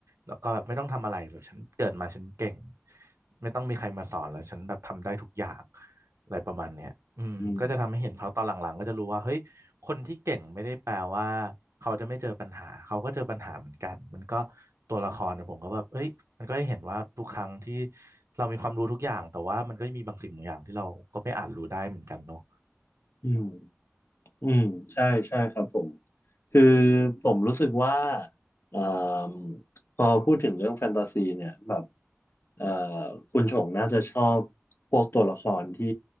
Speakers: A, on the right; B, on the left.
A: แล้วก็แบบไม่ต้องทำอะไรแบบฉันเกิดมาฉันเก่งไม่ต้องมีใครมาสอนแล้วฉันแบบทำได้ทุกอย่างอะไรประมาณเนี้ยอืมก็จะทำให้เห็นเขาตอนหลังๆก็จะรู้ว่าเฮ้ยคนที่เก่งไม่ได้แปลว่า
B: อืม
A: เขาจะไม่เจอปัญหาเขาก็เจอปัญหาเหมือนกันมันก็ตัวละครเนี่ยผมก็แบบเอ้ยมันก็ได้เห็นว่าทุกครั้งที่เรามีความรู้ทุกอย่างแต่ว่ามันก็มีบางสิ่งบางอย่างที่เราก็ไม่อาจรู้ได้เหมือนกันเนาะ
B: อืมอืมใช่ใช่ครับผมคือผมรู้สึกว่าเอ่มพอพูดถึงเรื่องแฟนตาซีเนี่ยแบบเอ่อคุณชงน่าจะชอบพวกตัวละครที่